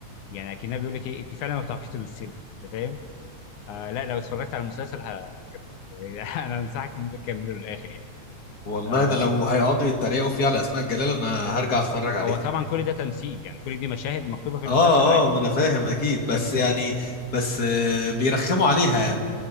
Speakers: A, on the left; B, on the left.
A: يعني اكنها بيقول لك ايه انت فعلا ما بتعرفيش تمثلي انت فاهم آه لا لو اتفرجت على المسلسل ه- هتحبه يعني <laughs> انا انصحك ان انت تكمله للاخر يعني
B: والله
A: آم،
B: انا لو هيقعدوا يتريقوا فيه على اسماء جلال انا هرجع اتفرج عليه
A: هو
B: تاني
A: طبعا كل ده تمثيل يعني كل دي مشاهد مكتوبه في
B: اه
A: المسلسل عادي
B: اه ما انا فاهم اكيد
A: انت
B: بس
A: فاهم الفكره
B: يعني بس آه، بيرخموا عليها يعني